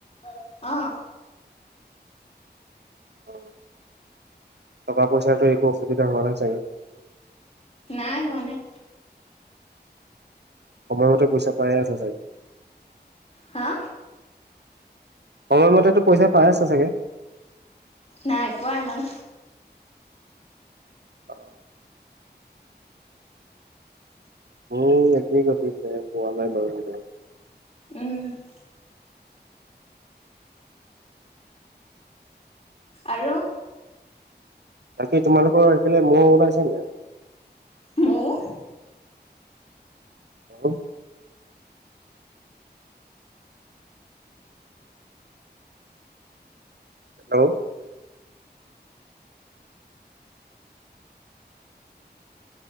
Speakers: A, on the left; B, on the right.
A: অ, অহ।
B: অহ, টকা পইচাৰটো একো অসুবিধা হোৱা নাই চাগে?
A: নাই, হোৱা নাই।
B: সময়মতে, পইচা পায়ে আছা চাগে?
A: হা।
B: সময়মতে তো পইচা পাই আছা চাগে?
A: নাই পোৱা ইমান।
B: অ' মোৰো একেই গটিৰে, পোৱা নাই ময়ো ৰে।
A: উমহ। আৰু।
B: বাকী, তোমালোকৰ সেইফালে মহ ওলাইছে নে নাই?
A: মহ?
B: অঁহ হেল্ল।